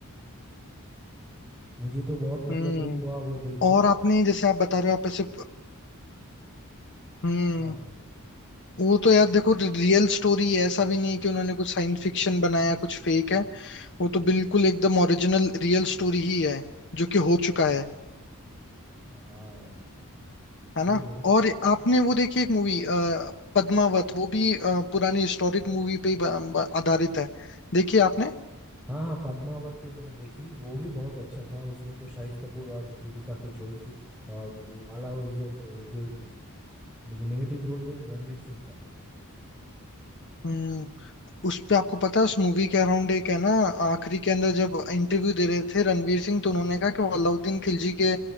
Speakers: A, in the centre; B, on the left.
A: मुझे तो बहुत मतलब
B: हम्म
A: दुख हुआ वो देखकर
B: और आपने
A: मतलब
B: जैसे आप बता रहे हो आप ऐसे हम्म
A: हाँ
B: वो तो यार देखो रियल स्टोरी है ऐसा भी नहीं है कि उन्होंने कुछ साइंस फिक्शन बनाया कुछ फेक है वो तो बिल्कुल एकदम ओरिजिनल रियल स्टोरी ही है जो कि हो चुका है
A: हाँ सही
B: है ना
A: है
B: और आपने वो देखी एक मूवी पद्मावत वो भी अ, पुरानी हिस्टोरिक मूवी पे ही ब- ब- आधारित है देखिए आपने
A: हाँ हाँ पद्मावत तो मैंने देखी वो भी बहुत अच्छा था उसमें तो शाहिद कपूर और दीपिका की जोड़ी थी और वो आला वो जो जो नेगेटिव रोल में रणवीर सिंह था
B: हम्म, उस पे आपको पता है उस मूवी के अराउंड एक है ना आखिरी के अंदर जब इंटरव्यू दे रहे थे रणवीर सिंह तो उन्होंने कहा कि वो अलाउद्दीन खिलजी के